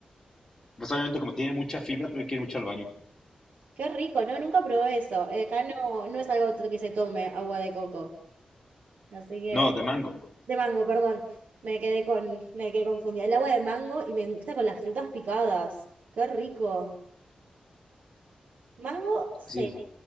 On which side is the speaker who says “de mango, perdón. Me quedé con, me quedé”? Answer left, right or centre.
Right